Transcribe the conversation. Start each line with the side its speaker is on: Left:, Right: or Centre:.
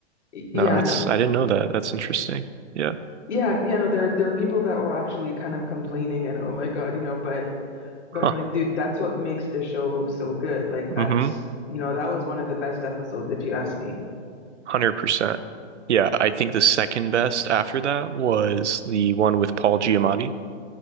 Left: Y- Yeah,
Right: no, that's
Left: no.
Right: I didn't know that. That's interesting. Yeah.
Left: Yeah, yeah, no, there there are people that were actually kind of complaining and oh my God, you know, but but
Right: Huh.
Left: I'm like, dude, that's what makes the show so good. Like that's,
Right: Mm-hmm.
Left: you know, that was one of the best episodes if you ask me.
Right: 100%. Yeah, I think the second best after that was the one with Paul Giamatti.